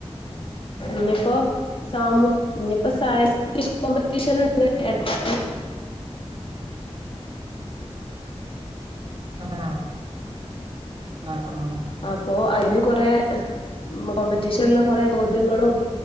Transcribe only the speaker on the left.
ഞ്ഞി പൊ സാമൂ ഞ്ഞി പ്പം സായിസ് <unintelligible>
അപ്പോ അയ്ന് കൊറെ കോമ്പറ്റീഷന് ള്ള കൊറെ ചോദ്യങ്ങളും